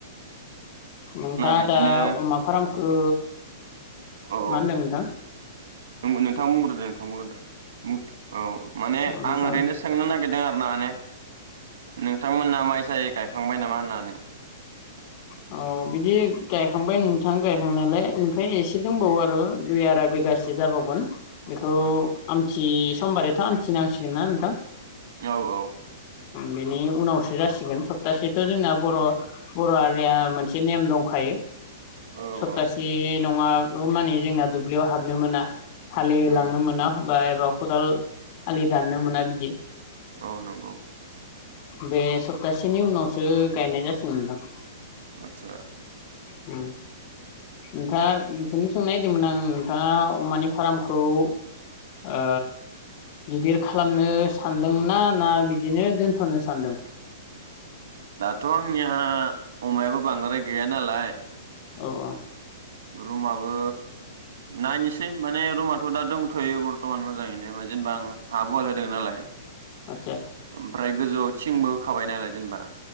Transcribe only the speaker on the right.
बिदिनो
औ
नोंथां बुंग्रोदो नोंथां बुंग्रोदो बुं। औ। माने
आं ओरैनो सोंनो नागिरदों आरो ना माने‌ नोंथांमोना माइसाय गायखांबाय नामा होननानै।
आदसा
औ औ
औ
औ
उम
औ नंगौ।
आतसा।
दाथ' आंनिया अमायाबो बांद्राय गैया नालाय।
रुमाबो नायनोसै माने रुमाथ' दा दंथ'यो बरथ'मान मोजाङैनो जेनेबा आं हाब अवाल होदों नालाय।
ओमफ्राय गोजौआव। थिंबो होखाबाय नालाय जेनबा।